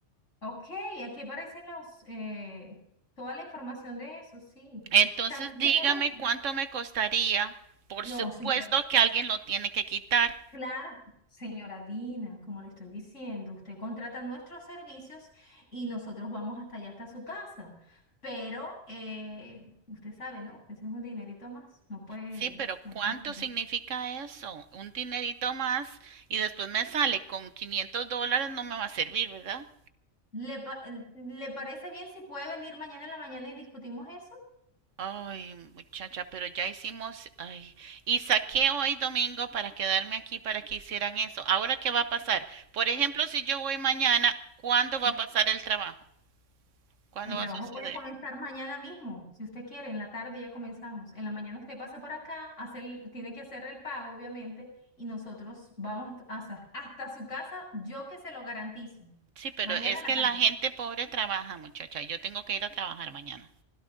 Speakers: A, on the left (about 85°); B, on the right (about 85°).
A: Ok, aquí aparecen los, eh, toda la información de eso, sí.
B: Entonces
A: También
B: dígame
A: tenemos...
B: cuánto me costaría. Por supuesto
A: No, señora.
B: que alguien lo tiene que quitar.
A: Claro. Señora Dina, como le estoy diciendo, usted contrata nuestros servicios y nosotros vamos hasta allá, hasta su casa. Pero eh, usted sabe, ¿no? Ese es un dinerito más. No puede,
B: Sí, pero
A: no
B: ¿cuánto
A: puede ser
B: significa
A: eso.
B: eso? Un dinerito más y después me sale con 500 dólares, no me va a servir, ¿verdad?
A: ¿Le, pa- le parece bien si puede venir mañana en la mañana y discutimos eso?
B: Ay, muchacha, pero ya hicimos, ay, y saqué hoy domingo para quedarme aquí para que hicieran eso. Ahora, ¿qué va a pasar? Por ejemplo, si yo voy mañana, ¿cuándo va
A: Mm,
B: a pasar el trabajo? ¿Cuándo
A: El trabajo
B: va a suceder?
A: puede comenzar mañana mismo, si usted quiere, en la tarde ya comenzamos. En la mañana usted pasa por acá, hace el- tiene que hacer el pago, obviamente, y nosotros vamos est- hasta, hasta su casa, yo que se lo garantizo.
B: Sí, pero
A: Mañana
B: es
A: en
B: que
A: la
B: la
A: tarde.
B: gente pobre trabaja, muchacha, y yo tengo que ir a trabajar mañana.